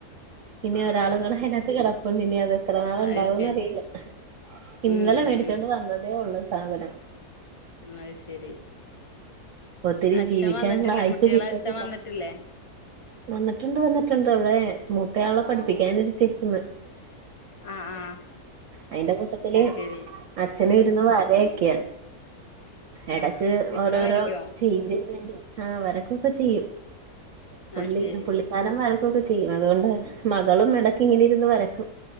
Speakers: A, on the right; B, on the left.
A: ഇനി
B: ആഹ്
A: ഒരാള് കൂടെ അതിനകത്ത് കിടപ്പുണ്ട് ഇനി അത് എത്രനാള് ഉണ്ടാവുംന്നറിയില്ല
B: അത് ശരി
A: ഇന്നലെ
B: ഉം
A: മേടിച്ചൊണ്ട് വന്നതേ ഉള്ളൂ സാധനം
B: അഹ് ശരി
A: ഒത്തിരി
B: അച്ഛൻ
A: ജീവിക്കാനുള്ള
B: വന്നിട്ടില്ലേ
A: ആയുസ്സ്
B: കുട്ടികളെ
A: കിട്ടത്തില്ല
B: അച്ഛൻ വന്നിട്ടില്ലേ
A: വന്നിട്ടുണ്ട് വന്നിട്ടുണ്ട് അവിടെ മൂത്തയാളെ പഠിപ്പിക്കാനിരുത്തിക്ക്ന്ന്
B: ആഹ് ആഹ്
A: അയിന്റെ കൂട്ടത്തില്
B: അത് ശരി
A: അച്ഛനിരുന്ന് വരയൊക്കെയ എടക്ക്
B: ആഹ് ചിത്രം
A: ഓരോരോ
B: വരയ്ക്കോ
A: രീതി ആ വരക്കൊക്കെ ചെയ്യും പുള്ളി
B: അത് ശരി
A: പുള്ളി പടം വരക്കൊക്കെ ചെയ്യും അതുകൊണ്ട് മകളും എടക്ക് ഇങ്ങനെ ഇരുന്ന് വരക്കും